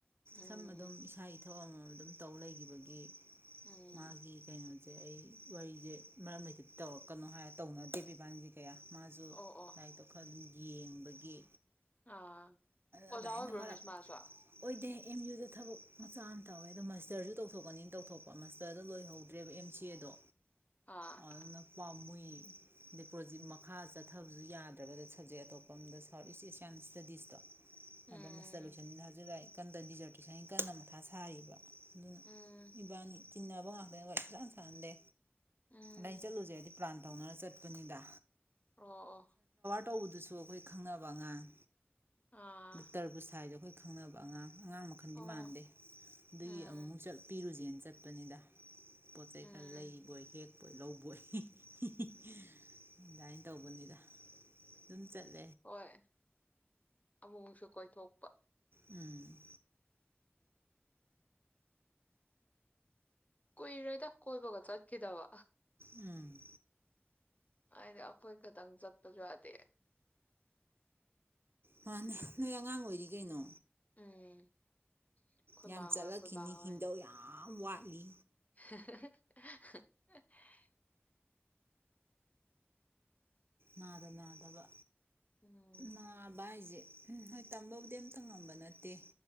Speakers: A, on the left; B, on the right.
A: ꯎꯝ
B: ꯁꯝ ꯑꯗꯨꯝ ꯏꯁꯥ ꯏꯊ ꯊꯕꯛ ꯑꯃ ꯑꯗꯨꯝ ꯇꯧ ꯂꯩꯒꯤꯕꯒꯤ
A: ꯎꯝ
B: ꯃꯥꯒꯤ ꯀꯩꯅ ꯁꯦ ꯑꯩ ꯋꯥꯔꯤꯁꯦ ꯃꯔꯝ ꯂꯩꯇꯗꯤ ꯇꯧꯔꯛꯀꯅꯣ ꯍꯥꯏꯔ ꯇꯧꯅꯗꯦꯕ ꯏꯕꯥꯅꯤꯁꯦ ꯀꯌꯥ ꯃꯥꯁꯨ
A: ꯑꯣ ꯑꯣ
B: ꯑꯗꯨꯝ ꯌꯦꯡꯕꯒꯤ
A: ꯑꯥ
B: ꯑꯗꯨꯃꯥꯏꯅ
A: ꯑꯣꯖꯥ ꯑꯣꯏꯕ꯭ꯔꯣ
B: ꯃꯔꯛ
A: ꯃꯤꯁ ꯃꯥꯁꯨ
B: ꯑꯣꯏꯗꯦ ꯑꯦꯝ ꯌꯨꯗ ꯊꯕꯛ ꯃꯆꯥ ꯑꯃ ꯇꯧꯋꯦ ꯑꯗꯣ ꯃꯁꯇꯔꯁꯨ ꯇꯧꯊꯣꯛꯀꯅꯤ ꯇꯧꯊꯣꯛꯄ ꯃꯥꯁꯇꯔꯗ ꯂꯣꯏ ꯇꯧꯗ꯭ꯔꯦꯕ ꯑꯦꯝ ꯁꯤ ꯑꯦꯗꯣ
A: ꯑꯥ
B: ꯑꯗꯨꯅ ꯄꯥꯝꯃꯨꯏ ꯗꯤꯄ꯭ꯔꯣꯖꯤꯠ ꯃꯈꯥ ꯆꯠꯊ ꯊꯕꯁꯨ ꯌꯥꯗ꯭ꯔꯕꯗ ꯁꯕꯖꯦꯛ ꯑꯇꯣꯞꯄ ꯑꯝꯗ ꯁꯥꯎꯠ ꯏꯁ ꯑꯦꯁꯤꯌꯥꯟ ꯁ꯭ꯇꯗꯤꯁꯇꯣ
A: ꯎꯝ
B: ꯑꯗ ꯃꯁꯇꯔ ꯂꯣꯏꯁꯟꯅꯤꯅ ꯍꯥꯏꯖꯛꯑ <unintelligible> ꯀꯟꯗ ꯗꯤꯖꯔꯇꯦꯁꯟꯒꯤ ꯀꯟꯅ ꯃꯊꯥ ꯁꯥꯔꯤꯕ ꯑꯗꯨꯅ
A: ꯎꯝ
B: ꯏꯕꯥꯅꯤ ꯇꯤꯟꯅꯕꯉꯥꯛꯇꯅꯦ ꯋꯥꯔꯤ ꯁꯨꯡꯁꯥꯟ ꯁꯥꯟꯗꯦ
A: ꯎꯝ
B: ꯅꯩ ꯆꯠꯂꯨꯖꯦꯗꯤ ꯄ꯭ꯔꯥꯟꯇ ꯇꯧꯅꯔ ꯆꯠꯄꯅꯤꯗꯥ
A: ꯑꯣ ꯑꯣ
B: ꯇꯧꯕꯗꯨꯁꯨ ꯑꯩꯈꯣꯏ ꯈꯪꯅꯕ ꯑꯉꯥꯡ
A: ꯑꯣ ꯑꯥ
B: ꯇꯔꯕꯨꯁ ꯊꯥꯏꯗꯣ ꯑꯩꯈꯣꯏ ꯈꯪꯅꯕ ꯑꯉꯥꯡ ꯑꯉꯥꯡ ꯃꯈꯜꯗꯤ
A: ꯑꯣ
B: ꯃꯥꯟꯗꯦ ꯑꯗꯨꯒꯤ
A: ꯎꯝ
B: ꯑꯃꯨꯛꯃꯨꯛ ꯆꯠ ꯄꯤꯔꯨꯖꯦ ꯆꯠꯄꯅꯤꯗ ꯄꯣꯠꯆꯩ
A: ꯎꯝ
B: ꯈꯔ ꯂꯩꯕꯣꯏ ꯍꯦꯛ ꯄꯣꯏ ꯂꯧꯕꯣꯏ ꯍꯤ ꯥꯍꯤ ꯍꯤ ꯑꯗꯥꯏ꯭ꯟ ꯇꯧꯕꯅꯤꯗ ꯑꯗꯨꯝ ꯆꯠꯂ
A: ꯍꯣꯏ ꯑꯃꯨꯛꯃꯨꯛꯁꯨ ꯀꯣꯏꯊꯣꯛꯄ
B: ꯎꯝ
A: ꯀꯨꯏꯔꯦꯗ ꯀꯣꯏꯕꯒ ꯆꯠꯈꯤꯗꯕ
B: ꯎꯝ
A: ꯍꯥꯏꯗꯤ ꯑꯩꯈꯣꯏ ꯈꯇꯪ ꯆꯠꯄꯁꯨ ꯌꯥꯗꯦ
B: ꯃꯥꯅꯦ ꯅꯣꯏ ꯑꯉꯥꯡ ꯑꯣꯏꯔꯤ ꯀꯩꯅꯣ
A: ꯎꯝ ꯑꯩꯈꯣꯏ
B: ꯌꯥꯝ
A: ꯃꯥ
B: ꯆꯠꯂꯛꯈꯤꯅꯤ
A: ꯍꯣꯏ ꯑꯩꯈꯣꯏ ꯕꯥ ꯍꯣꯏ
B: ꯍꯤꯡꯗꯧ ꯌꯥꯝ ꯑꯝ ꯋꯥꯠꯂꯤ
A: <unintelligible>
B: ꯅꯥꯗ ꯅꯥꯗꯕ
A: ꯎꯝ
B: ꯅꯥꯕꯍꯥꯏꯖꯦ ꯑꯨꯝ ꯍꯣꯏ ꯇꯝꯕꯕꯨꯗꯤ ꯑꯝꯇ ꯉꯝꯕ ꯅꯠꯇꯦ